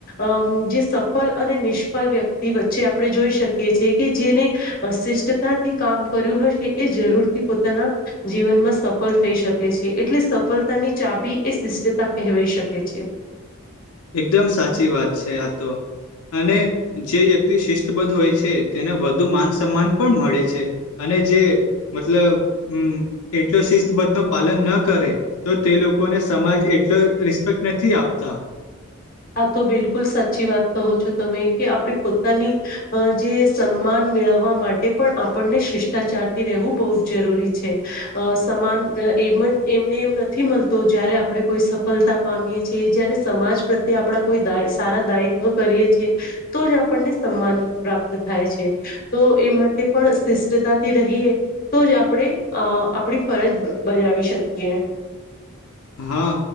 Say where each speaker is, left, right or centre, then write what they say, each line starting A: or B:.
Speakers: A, on the left; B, on the left.
A: અમ જે સફળ અને નિષ્ફળ વ્યક્તિ વચ્ચે આપણે જોઈ શકીએ છીએ કે જેને. અશિષ્ટતાથી કામ કર્યું હશે એ જરૂરથી પોતાના જીવનમાં સફળ થઈ શકે છે. એટલે સફળતાની ચાવી એ શિષ્ટતા કહેવાય શકે છે.
B: એકદમ સાચી વાત છે. આ તો અને જે વ્યક્તિ શિસ્તબદ્ધ હોય છે. તેને વધુ માન સન્માન પણ મળે છે. જે મતલબ એટલો શિસ્તબદ્ધ નો પાલન ના કરે તો તે લોકોને. સમાજ એટલી રિસ્પેક્ટ નથી આપતા.
A: હા તો બિલકુલ સાચી વાત કહો છો. તમે કે આપડે પોતાની જે સન્માન મેળવવા માટે પણ આપણને શિષ્ટાચારથી રહેવું બહુ જ જરૂરી છે અ સમાન એમ એમને એમ નથી મળતો જ્યારે આપડે કોઈ સફળતા પામીએ છીએ જયારે સમાજ પ્રત્યે આપડા કોઈ દા સારા દાયિત્વ કરીએ છીએ તો જ આપણને સન્માન પ્રાપ્ત થાય છે. તો એ માટે પણ શિષ્ટતાથી રહીએ તો જ આપડે અ આપડી ફરજ. બજાવી શકીએ.
B: <inaudible> હા